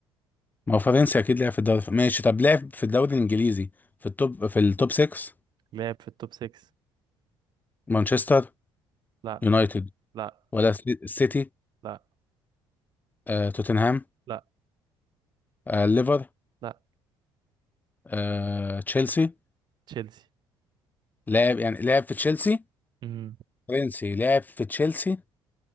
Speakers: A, on the left (about 20°); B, on the right (about 50°).
A: ما هو فرنسي أكيد لعب في الدوري ماشي طب لعب في الدوري الإنجليزي في التوب في التوب 6
B: لعب في التوب 6
A: مانشستر
B: لا
A: يونايتد
B: لا
A: ولا سي- سيتي
B: لا
A: آه، توتنهام
B: لا
A: آه، ليفر
B: لا
A: آه، تشيلسي
B: تشيلسي
A: لعب يعني لعب في تشيلسي
B: امم
A: فرنسي لعب في تشيلسي